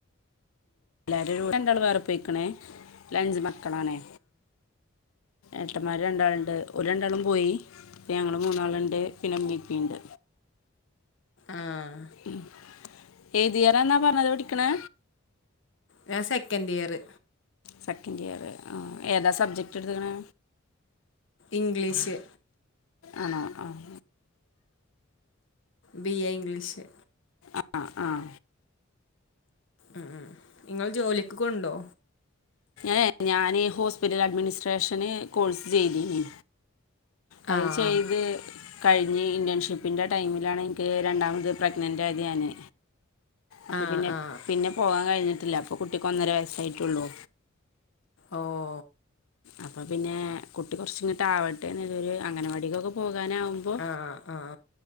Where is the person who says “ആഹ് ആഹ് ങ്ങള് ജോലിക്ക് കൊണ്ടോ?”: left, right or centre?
Left